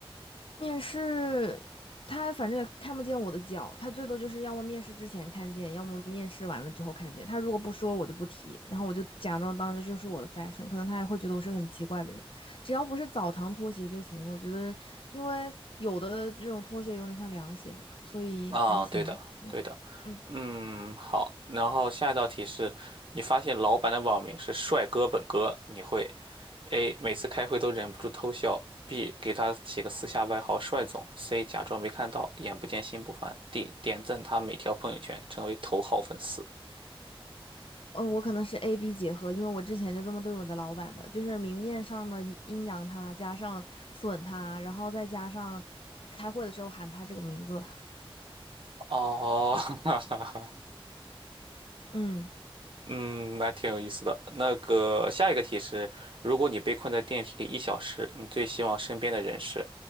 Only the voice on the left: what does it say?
面试他反正也看不见我的脚，他最多就是要么面试之前看见，要么面试完了之后看见。他如果不说，我就不提，然后我就假装当这就是我的 fashion，可能他也会觉得我是个很奇怪的人。只要不是澡堂拖鞋就行，我觉得，因为有的这种拖鞋有点像凉鞋嘛，所以还行。
嗯嗯，
呃，我可能是 A B 结合，因为我之前就这么对我的老板的，就是明面上的阴阴阳他，加上损他，然后再加上开会的时候喊他这个名字。<laughs>
嗯